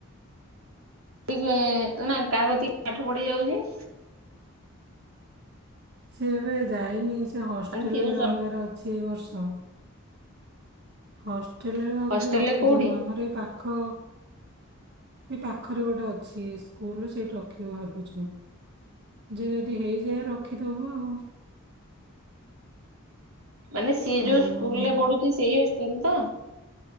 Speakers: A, on the right; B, on the right.
A: <unintelligible> ନା କାହା କତିକି ପାଠ ପଢ଼ି ଯାଉଚି?
B: ସେ ଏବେ ଯାଇନି। ସେ ହଷ୍ଟେଲରେ
A: ମାନେ ଟିଉସନ?
B: ରହିବାର ଅଛି ଏଇ ବର୍ଷ। ହଷ୍ଟେଲରେ ଭାବୁଚୁ
A: ହଷ୍ଟେଲରେ
B: ରଖିଦବୁ।
A: କୋଉଠି?
B: ଆମର ଏଇ ପାଖ ଏଇ ପାଖରେ ଗୋଟେ ଅଛି ସ୍କୁଲ, ସେଇଠି ରଖିବୁ ଭାବୁଚୁ। ଯେ ଯଦି ହେଇଯାଏ ରଖିଦବୁ ଆଉ।
A: ମାନେ ସିଏ
B: ଆଉ
A: ଯୋଉ ସ୍କୁଲ ରେ ପଢୁଚି ସେଇ ହଷ୍ଟେଲ ତ?